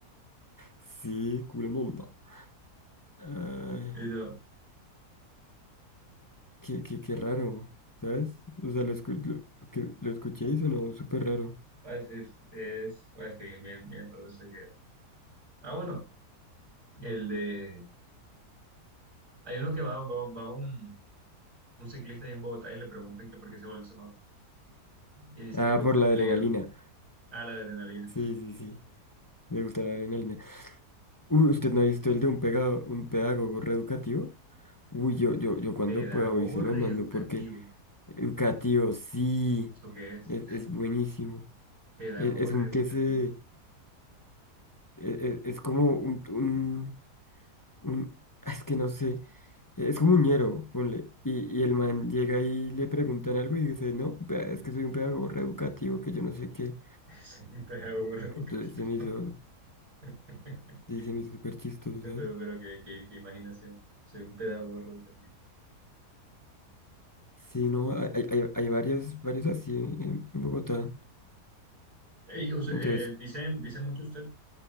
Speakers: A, on the left; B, on the right.
A: Sí, culo monda. Ay,
B: Y no,
A: qué, qué, qué raro, ¿sabes? O sea, lo, escu- lo, que, lo escuché y sonó súper raro.
B: va a decir, es, va a que bien, bien, bien raro ese video. Ah, bueno, el de, hay uno que va, va, va un, un ciclista ahí en Bogotá y le preguntan que por qué se volvió semáforo Y dice
A: Ah,
B: que le gusta
A: por
B: el
A: la
B: peligro.
A: adrenalina.
B: Ah, la adrenalina.
A: Sí, sí, sí. Me gusta la adrenalina. Uy, ¿usted no ha visto el de un pegado, un pedagogo reeducativo? Uy, yo, yo, yo cuando
B: Pedagogo
A: pueda hoy se lo
B: reeducativo.
A: mando porque educativo, sí,
B: ¿Eso qué es?
A: es, es buenísimo.
B: Pedagogo
A: Es, es
B: reeducativo.
A: un que se... e- e- es como un, un, un- es que no sé, e, es como un ñero, ponle. Y, y el man llega y le preguntan algo y dice, no, pe- es que soy un pedagogo reeducativo, que yo no sé qué.
B: <laughs> Soy un pedagogo reeducativo.
A: Entonces se me hizo,
B: <laughs>
A: sí, se me hizo súper chistoso,
B: Pero,
A: ¿sabes?
B: pero qué, qué- qué imaginación. Soy un pedagogo reeducativo.
A: Sí, no, hay, hay, hay hay varios, varios así en, en Bogotá.
B: Ey, o sea,
A: Entonces,
B: eh, dicen, dicen mucho usted,